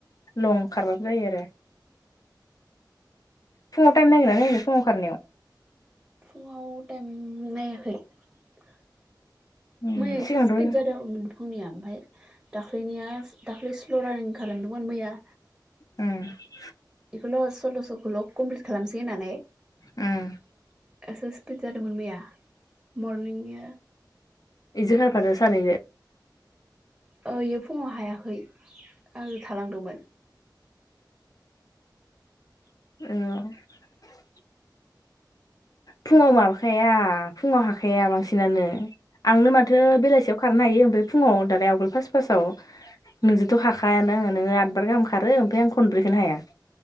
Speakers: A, on the left (about 50°); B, on the right (about 15°).
A: लं खारबाबो जायो आरो । फुंङाव टाइम नायदोंना नायाखै फुंङाव खारनायाव?
B: फुङाव टाइम नायाखै ।
A: उम
B: मैया एसे
A: सिगांथ'
B: स्पिड
A: उम
B: जादों फुंनिया आमफाय दाख्लैनिया दाख्लै स्ल' रानिं खालामदोंमोन मैया
A: उम ।
B: ल' सल्ल'स'खौल' कमप्लिट खालामसै होननानै
A: ओम ।
B: एसे स्पिपिड जादोंमोन मैया मरनिंनिया
A: एजो खारफादो सानैजों?
B: ओ इयो फुङाव हायाखै आङो थालांदोंमोन ।
A: <unintelligible> फुङाव माबाखाया फुङाव हाखाया बांसिनानो । आंनो माथो बेलासियाव खारनो हायो ओमफाय फुङाव दालाय आवगोल फास्ट फास्ताव नोंजोंथ' हाखायानो आङो नोङो आदबार गाहाम खारो ओमफ्राय आं खनब्रैखौनो हाया ।